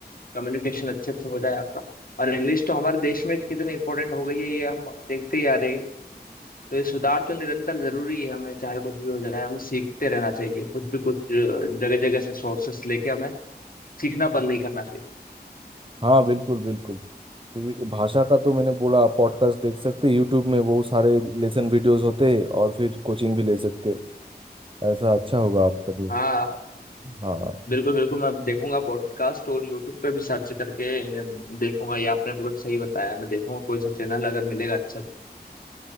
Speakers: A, on the left; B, on the right.
A: कम्युनिकेशन अच्छे से हो जाए आपका और इंग्लिश तो हमारे देश में कितनी इंपॉर्टेंट हो गई है ये हम देखते ही आ रहे हैं। तो ये सुधार तो निरंतर जरूरी है हमें चाहे कुछ भी हो जाए हमें सीखते रहना चाहिए कुछ भी कुछ जगह जगह से सोर्सेस लेके हमें सीखना बंद नहीं करना चाहिए
B: हाँ बिल्कुल बिल्कुल तो ये भाषा का तो मैंने बोला पॉडकास्ट देख सकते यूट्यूब में बहुत सारे लेसन वीडियोस होते और फिर कोचिंग भी ले सकते ऐसा अच्छा होगा आपके लिए
A: हाँ
B: हाँ
A: बिल्कुल बिल्कुल मैं देखूंगा पॉडकास्ट और यूट्यूब पे भी सर्च करके अम, देखूंगा ये आपने बिल्कुल सही बताया मैं देखूंगा कोई सा चैनल अगर मिलेगा अच्छा तो।